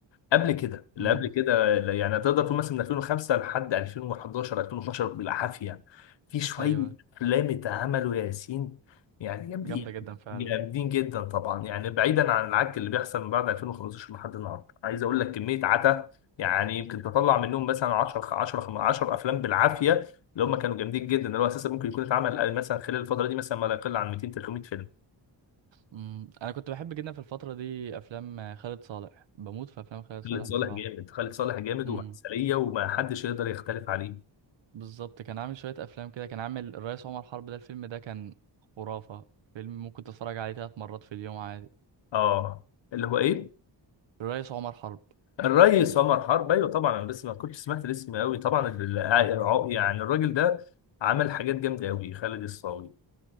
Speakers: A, on the left (about 75°); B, on the right (about 80°).
A: قبل كده اللي
B: امم
A: قبل كده اللي يعني تقدر تقول مثلا من 2005 لحد 2011 2012 بالعافيه في شويه
B: ايوه
A: افلام اتعملوا يا ياسين يعني جامدين
B: جامدة جدا فعلا
A: جامدين جدا طبعا يعني بعيدا عن العك اللي بيحصل من بعد 2015 لحد النهارده عايز اقول لك كميه عتا يعني يمكن تطلع منهم مثلا 10 10 10 افلام بالعافيه اللي هم كانوا جامدين جدا اللي هو اساسا ممكن يكون اتعمل مثلا خلال الفتره دي مثلا ما لا يقل عن 200 300 فيلم
B: امم انا كنت بحب جدا في الفترة دي افلام خالد صالح بموت في افلام خالد صالح
A: خالد صالح
B: بصراحة
A: جامد خالد صالح جامد
B: امم
A: وعسليه وما حدش يقدر يختلف عليه
B: بالظبط كان عامل شوية افلام كده كان عامل الرئيس عمر حرب ده الفيلم ده كان خرافة فيلم ممكن تتفرج عليه ثلاث مرات في اليوم عادي
A: اه اللي هو ايه
B: الرئيس عمر حرب
A: الريس عمر حرب ايوه طبعا انا بس ما كنتش سمعت الاسم قوي طبعا ال- الع- يعني الراجل ده عمل حاجات جامده قوي خالد الصاوي